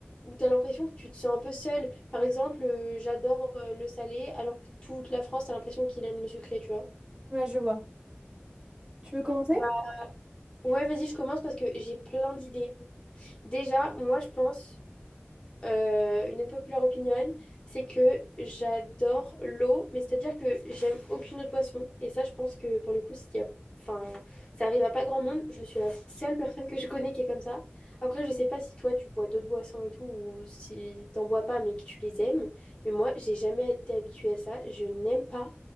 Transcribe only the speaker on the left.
où tu as l'impression que tu te sens un peu seul. Par exemple, euh, j'adore euh, le salé alors que toute la France, tu as l'impression qu'il aime le sucré, tu vois.
Bah, ouais, vas-y, je commence parce que j'ai plein d'idées. Déjà, moi, je pense... euh, une unpopular opinion, c'est que j'adore l'eau, mais c'est-à-dire que j'aime aucune autre boisson. Et ça, je pense que pour le coup, s'il y a... enfin, ça arrive à pas grand monde. Je suis la seule personne que je connais qui est comme ça. Après, je sais pas si toi, tu bois d'autres boissons et tout, ou si t'en bois pas, mais que tu les aimes. Mais moi, j'ai jamais été habituée à ça. Je n'aime pas.